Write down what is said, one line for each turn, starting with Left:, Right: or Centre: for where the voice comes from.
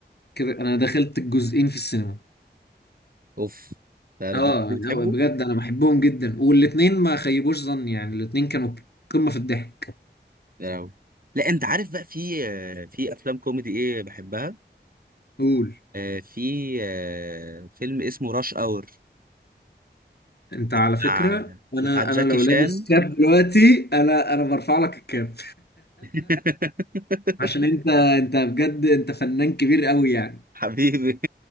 Left: كده انا دخلت الجزئين في السينما
Right: اوف ده الدرجه
Left: اه
Right: دي بتحبه
Left: لا بجد انا بحبهم جدا والاتنين ما خيبوش ظني يعني الاتنين كانوا قمة في الضحك
Right: يا لهوي. لا انت عارف بقى في آه في افلام كوميدي ايه بحبها
Left: قول
Right: آه في آه فيلم اسمه راش اور
Left: انت على
Right: بتاع
Left: فكرة انا
Right: بتاع جاكي
Left: انا لو
Right: شان
Left: لابس كاب دلوقتي انا انا برفع لك الكاب
Right: <laughs>
Left: <laughs> عشان انت انت بجد انت فنان كبير قوي يعني
Right: حبيبي